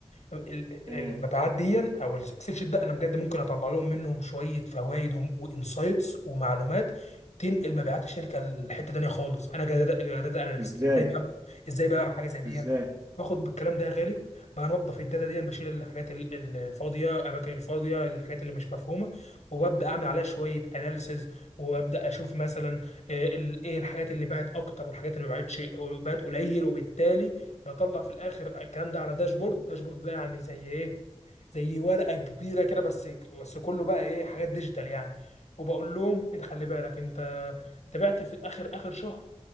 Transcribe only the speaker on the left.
ال-
المبيعات دي او الاكسل شيت ده انا بجد ممكن اطلع لهم منهم شويه فوائد وانسايتس ومعلومات تنقل مبيعات الشركه لحته تانيه خالص انا جداد اناليست
ازاي بقى ازاي بقى بعمل حاجه زي دي
باخد بالكلام ده يا غالي بنظف الداتا دي بشيل الحاجات ال- ال- الفاضيه الاماكن الفاضيه الحاجات اللي مش مفهومه وببدا اعمل عليها شويه اناليسز وابدا اشوف مثلا آه، ال- ايه الحاجات اللي باعت اكتر والحاجات اللي ما باعتش باعت قليل وبالتالي بطلع في الاخر الكلام ده على داشبورد داشبورد ده يعني زي ايه زي ورقه كبيره كده بس بس كله بقى ايه حاجات ديجيتال يعني وبقول لهم انت خلي بالك انت انت بعت في اخر اخر شهر